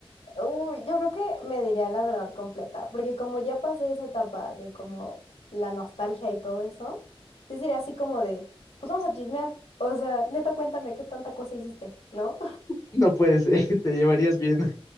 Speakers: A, on the left (about 80°); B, on the left (about 35°).
A: Uy, yo creo que me diría la verdad completa, porque como ya pasé esa etapa de como la nostalgia y todo eso, sí sería así como de, pues vamos a chismear. O sea, neta, cuéntame qué tanta cosa hiciste, ¿no?
B: No puedes, <laughs> Te llevarías bien.